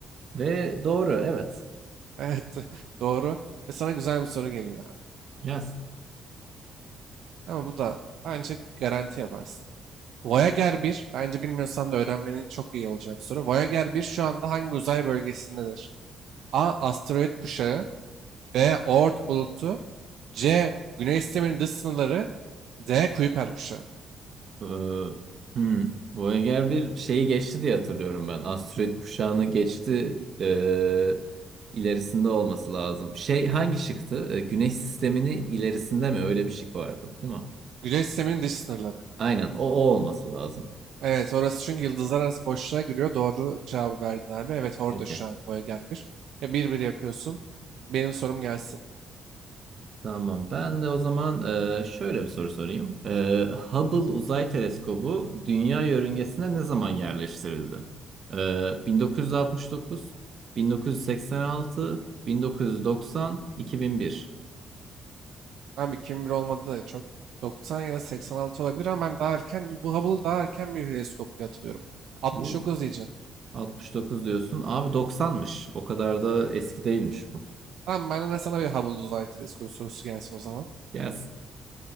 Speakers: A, on the right; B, on the right.
A: Ve doğru, evet.
B: Evet doğru. Ve sana güzel bir soru geliyor abi.
A: Yaz.
B: Ama bu da bence garanti yaparsın. Voyager bir bence bilmiyorsan da öğrenmenin çok iyi olacağı bir soru. Voyager bir şu anda hangi uzay bölgesindedir? A. Asteroid kuşağı B. Oort bulutu C. Güneş sisteminin dış sınırları D. Kuiper kuşağı
A: Ee, hmm. Voyager bir şeyi geçti diye hatırlıyorum ben. Asteroid kuşağını geçti. ee, ilerisinde olması lazım. Şey hangi şıktı? Ee, Güneş sistemini ilerisinde mi? Öyle bir şık vardı, değil mi?
B: Güneş sisteminin dış sınırları.
A: Aynen o, o olması lazım.
B: Evet orası çünkü yıldızlar arası boşluğa giriyor. Doğru cevabı verdin abi. Evet orada
A: Okey.
B: şu an Voyager bir. Ya bir bir yapıyorsun. Benim sorum gelsin.
A: Tamam. Ben de o zaman ee, şöyle bir soru sorayım. Ee, Hubble Uzay Teleskobu Dünya yörüngesine ne zaman yerleştirildi? Ee, 1969, 1986, 1990, 2001.
B: Abi 2001 olmadı da çok. 90 ya da 86 olabilir ama ben daha erken, bu Hubble'ı daha erken bir teleskop diye hatırlıyorum. 69
A: Bu
B: diyeceğim.
A: 69 diyorsun. Abi 90'mış. O kadar da eski değilmiş bu.
B: Tamam ben de sana bir Hubble uzay teleskobu sorusu gelsin o zaman.
A: Gelsin.